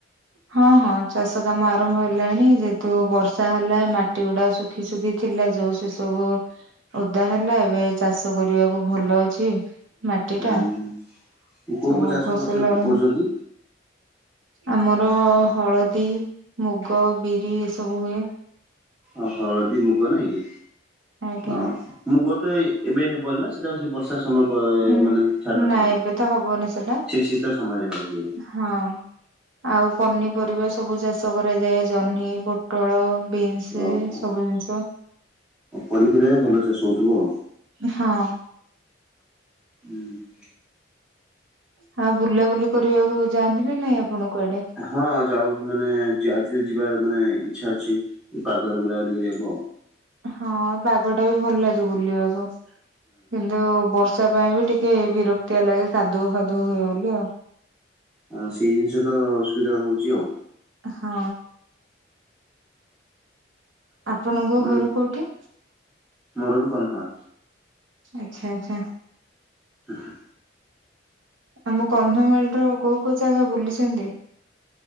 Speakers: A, on the right; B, in the centre.
A: ହଁ ହଁ ଚାଷ କାମ ଆରମ୍ଭ ହେଲାଣି, ଯେହେତୁ ବର୍ଷା ହେଲା ମାଟି ଗୁଡା ଶୁ ଶୁଖି ଶୁଖି ଥିଲା ଯୋଉ, ସେ ସବୁ ଓଦା ହେଲା, ଏବେ ଚାଷ ଚାଷ କରିବାକୁ ଭଲ ଅଛି, ମାଟି
B: ହୁଁ
A: ଟା।
B: ହୁଁ କୋଉ
A: ସବୁ
B: କୋଉ ଚାଷ
A: ଫସଲ
B: କରୁଛ
A: ଆରମ୍ଭ
B: କରୁଛନ୍ତି?
A: ଆମର ହଳଦୀ, ମୁଗ, ବିରି, ଏସବୁ ହୁଏ।
B: ଓ ହଳଦୀ ମୁଗ ନାଇଁ କି?
A: ଆଜ୍ଞା
B: ଓହୋ ମୁଗ ତ ଏଇ ଏବେ ହେବନି ନା, ସେଟା <unintelligible> ବର୍ଷା ସମୟ,
A: ଉଁ
B: ମାନେ ଛାଡିଲା
A: ନାଇଁ
B: ପରେ ହବ,
A: ଏବେ ତ ହବନି ସେଟା
B: ସେ ଶୀତ ସମୟରେ ହବ ଜୋରେ।
A: ହଁ। ଆଉ ପନିପରିବା ସ ସବୁ ଚାଷ କରାଯାଏ, ଜହ୍ନି, ପୋଟଳ, ବିନ୍ସ
B: ଓହୋ
A: ସବୁ ଜିନିଷ।
B: ପନିପରିବା ବି ଭଲ ଚାଷ ହଉଥିବ ଆଉ।
A: ହଁ।
B: ହୁଁ।
A: ହଁ ବୁଲାବୁଲି କରିବାକୁ ଯାଆନ୍ତି ନା ନାଇଁ ଆପଣ କୁଆଡେ?
B: ହଁ, ଯାଉ ମାନେ, ଆଜି ଯିବାର ମାନେ ଇଛା ଅଛି, ପାଗରେ ବୁଲାବୁଲି କରିବାକୁ ଆଉ।
A: ହଁ ପାଗ ଟା ବି ଭଲ ଲାଗେ ବୁଲିବାକୁ କିନ୍ତୁ ବର୍ଷ ବର୍ଷା ପାଇଁ ବି ଟିକେ ବିରକ୍ତିଆ ଲାଗେ, କାଦୁଅ ଫାଦୁଅ ହୁଏ ବୋଲି ଆଉ।
B: ଆଉ ସେଇ ଜିନିଷ ତ ଅସୁବିଧା ହଉଚି ଆଉ।
A: ହଁ। ଆପଣଙ୍କ
B: ମାନେ
A: ଘର କୋଉଠି?
B: ମୋର ବି <unintelligible>
A: ଆଛା ଆଛା।
B: ହୁଁ ହୁଁ।
A: ଆମ କନ୍ଧମାଳ ର କୋଉ କୋଉ ଜାଗା ବୁଲିଚନ୍ତି?